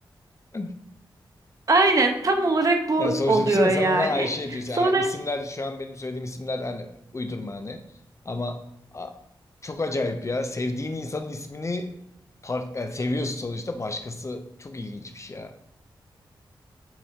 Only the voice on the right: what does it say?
Aynen tam olarak bu
oluyor
yani.
Sonra